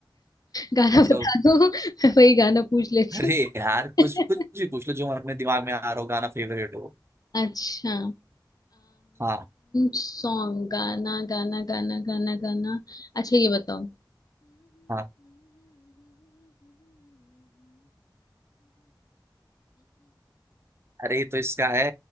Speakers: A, on the left; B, on the right.
A: गाना
B: मतलब
A: बता दो <laughs> मैं वही गाना पूछ लेती
B: <laughs> अरे यार
A: हूँ
B: कुछ कुछ भी पूछ लो जो अपने दिमाग में आ रहा हो गाना फेवरेट हो
A: <laughs> अच्छा
B: हाँ
A: सॉन्ग गाना गाना गाना गाना गाना अच्छा ये बताओ
B: हाँ अरे ये तो इसका है